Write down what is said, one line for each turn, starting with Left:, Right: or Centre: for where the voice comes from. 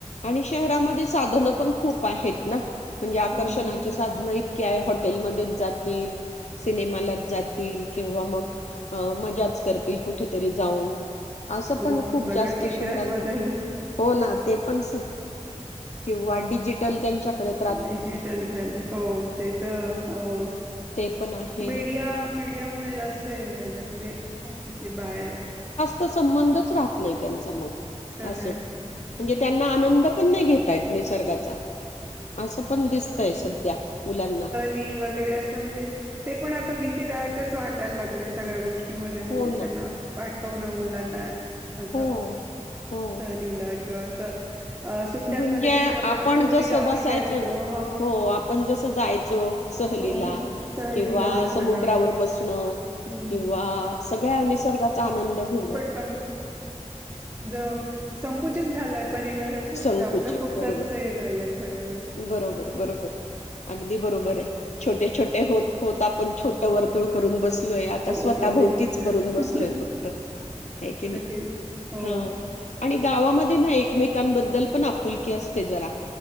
Left: आणि शहरामध्ये साधन पण खूप आहेत ना म्हणजे आकर्षणाचे
Right: हो हो
Left: साधन इतक्या आहे हॉटेलमध्येच जातील सिनेमालाच जातील किंवा मग मजाच करतील कुठेतरी जाऊन असं
Right: हो
Left: पण जा
Right: सगळं चित्रच
Left: शहर
Right: बदललंय
Left: हो पण क डच्या
Right: डिजिटल झालं हो ते तर
Left: ते पण आहे
Right: मीडिया मीडिया मु जास्त हे झालंय म्हणजे जे बाहेर
Left: तर संबंधच राहत नाही त्यांचा मग
Right: खरंय
Left: असं म्हणजे त्यांना आनंद पण नाही घेतायेत निसर्गाचा असं पण दिसतय सध्या मुलांना
Right: र म्हण पण आ भीयच वाटायला लागय सग्या गो म म्हणजे
Left: हो ना
Right: त्यांना पाठवणं मुलांना असं
Left: हो हो
Right: सलीला किंवा असं अ सुट्ट्यांमध्ये
Left: म्हणजे
Right: कशी आपण पूर्वी
Left: जसं
Right: गावी
Left: बसायचो
Right: जायचं
Left: ना हो आपण जसं जायचो सहलीला
Right: हो सहलीला
Left: किंवा
Right: सगळं
Left: समुद्रावर बसणं
Right: हम्म
Left: किंवा सगळ्या निसर्गाचा आनंद घेणं
Right: क झा संकुचित झा परिवाराच म्हणजे
Left: संकुचित
Right: आपल्या पुरतच
Left: बरोबर
Right: हे झालंय सगळ्या गोष्टी
Left: बरोबर बरोबर अगदी बरोबर आहे छोटे छोटे होत होत आपण छोट वर्तुळ करून बसलो य आ
Right: हो
Left: स्वतः
Right: ना तेच
Left: भोवतीच
Right: ना
Left: करून बसलोय फक्त की नाही
Right: तेच हो
Left: हा आणि गावामध्ये ना एकमेकांबद्दल पण आपुलकी असते जरा